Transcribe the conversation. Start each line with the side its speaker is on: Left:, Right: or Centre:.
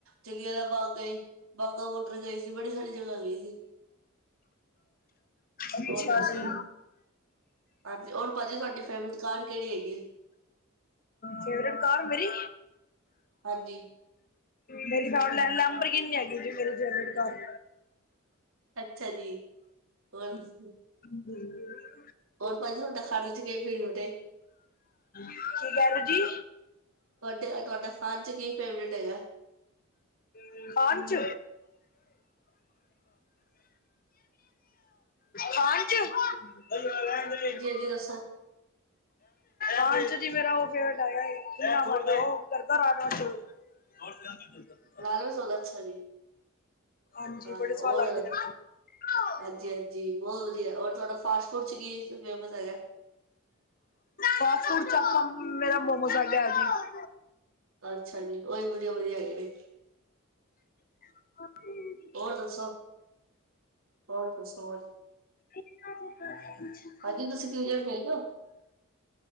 Right: ਜਲੀਆ ਆਲਾ ਬਾਗ ਗਏ ਬਾਘਾ ਵੋਡਰ ਗਏ ਸੀ ਬੜੀ ਸਾਰੀ ਜਗ੍ਹਾ ਗਏ ਸੀ।
Left: ਅੱਛਾ
Right: ਹੋਰ ਦੱਸੋ?
Left: ਜੀ
Right: ਹਾਂਜੀ, ਔਰ ਭਾਜੀ ਤੁਆਡੀ ਫੇਵਰੇਟ ਕਾਰ ਕੇੜੀ ਹੈਗੀ ਏ।
Left: ਫੇਵਰੇਟ ਕਾਰ ਮੇਰੀ
Right: ਹਾਂਜੀ
Left: ਮੇਰੀ ਕਾਰ ਲੈਨ ਲੈਮਬਰ ਕਿਨ ਈ ਹੇਗੀ ਸੀ ਮੇਰੀ ਫੇਵਰਟ ਕਾਰ।
Right: ਅੱਛਾ ਜੀ ਹੋਰ ਦਸੋ?
Left: ਹਮ <inaudible>
Right: ਹੋਰ ਭਾਜੀ ਹੁੰਨ ਤਾ ਖਾਨੇ ਚ ਕੀ ਫੇਵਰਟ ਏ?
Left: ਕੀ ਕੈ ਰੇ ਜੀ?
Right: ਤੁਆਡੇ ਤੁਆਡਾ ਖਾਣ ਚ ਕੀ ਫੇਵਰੇਟ ਹੈਗਾ?
Left: ਹਮ <inaudible> ਖਾਨ ਚ, ਖਾਨ ਚ। ਲੈ <unintelligible>
Right: ਤੁਸੀ ਦੱਸੋ?
Left: ਖਾਨ ਚ ਜੀ ਮੇਰਾ ਓ ਫੇਵਰਟ ਐਗਾ ਏ ਕੀ ਨਾਮ ਓਦਾ <unintelligible> ਆ ਗਦਾ ਰਾਜ ਹੋਰ ਕੀ <unintelligible> ਕਰ ਚਲਦਾ।
Right: ਰਾਣਾ ਸੌਗਾ ਅੱਛਾ ਜੀ
Left: ਹਾਂਜੀ
Right: ਹਾਂ
Left: ਬੜੇ
Right: ਹੋਰ
Left: ਸਵਾਦ ਲੱਗਦੇ
Right: <unintelligible>
Left: ਨੇ ਮੈਨੂੰ
Right: ਅੱਜੀ, ਅੱਜੀ ਬੌਤ ਵਧੀਆ ਔਰ ਤੁਆਡਾ ਫਾਸਟ ਫੂਡ ਚ ਕੀ ਫੇਵਰਟ ਹੈਗਾ?
Left: ਫਾਸਟ ਫੂਡ ਚਪਮ ਮੇਰਾ ਮੋਮੋਸ ਹੈਗਾ ਜੀ।
Right: ਅੱਛਾ ਜੀ ਓਈ ਵਧੀਆ, ਵਧੀਆ ਹੈਗੇ ਨੇ।
Left: ਹ <inaudible>
Right: ਔਰ ਦੱਸੋ? ਬਾ ਫਸਕਲਾਸ
Left: <inaudible>
Right: ਪਾਜੀ, ਤੁਸੀਂ ਕਿਰੇਟ ਖੇਲਦੇ ਔ?